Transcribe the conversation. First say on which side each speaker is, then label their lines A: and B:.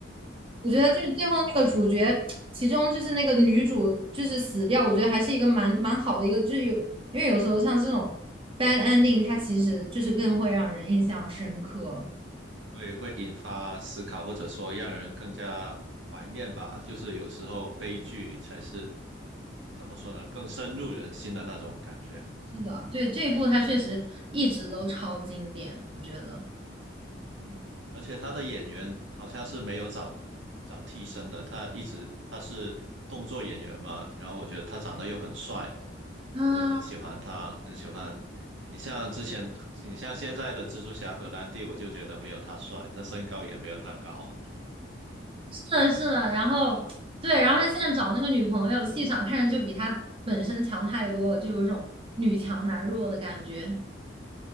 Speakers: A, on the right; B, on the right.
A: 我觉得就是最后那个主角，其中就是那个女主就是死掉，我觉得还是一个蛮蛮好的一个，就是有因为有时候像这种 bad ending，它其实就是更会让人印象深刻。
B: 会会引发思考，或者说让人更加怀念吧。就是有时候悲剧才是，嗯，怎么说呢，更深入人心的那种感觉。
A: 是的，对这一部它确实一直都超经典，我觉得。
B: 嗯，而且他的演员好像是没有找找替身的，他一直他是动作演员嘛，然后我觉得他长得又很帅，
A: 啊，
B: 我就很喜欢他，很喜欢。你像之前，你像现在的蜘蛛侠荷兰弟，我就觉得没有他帅，他身高也没有他高。
A: 是的，是的。然后对，然后他现在找那个女朋友，气场看着就比他本身强太多了，就有一种女强男弱的感觉。